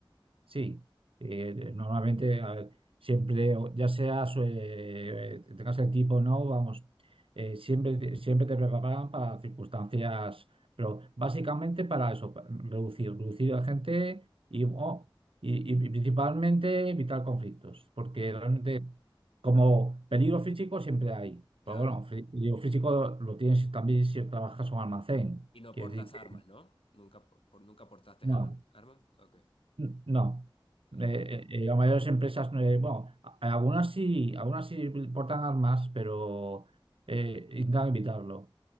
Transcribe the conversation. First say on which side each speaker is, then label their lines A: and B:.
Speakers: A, on the right; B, on the left.
A: Sí, eh, normalmente a ver, siempre, o- ya sea su- eh, tengas el tipo o no, vamos, eh, siempre, te- siempre te preparan para circunstancias, pero básicamente para eso, pa- reducir, reducir a gente y, o- y, y principalmente evitar conflictos, porque
B: Ajá,
A: realmente como peligro físico siempre hay,
B: claro.
A: pero bueno, fri- peligro físico lo tienes también si trabajas en un almacén,
B: Y no
A: quiere
B: portas
A: decir
B: armas,
A: que
B: ¿no? Nunca, por, por- nunca portaste
A: no.
B: arm- armas. Ok.
A: No.
B: Ajá.
A: Eh, eh, las mayores empresas, no- eh, bueno, a- algunas sí, algunas sí portan armas, pero eh, intentan evitarlo.